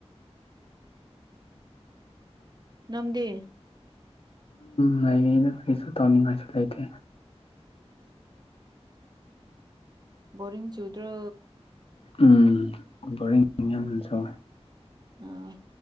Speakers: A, on the right (about 40°); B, on the left (about 60°).
A: <inaudible> ꯅꯪꯒꯦ
B: ꯉꯥꯏ ꯑꯩꯅ ꯀꯔꯤꯁꯨ ꯇꯧꯅꯤꯡꯉꯥꯏꯁꯨ ꯂꯩꯇꯦ
A: ꯔꯤꯡ ꯆꯧꯗ꯭ꯔ
B: ꯎꯝ ꯕꯣꯔꯤꯡ ꯌꯥꯝꯅ ꯁꯧꯋꯦ
A: ꯑꯥ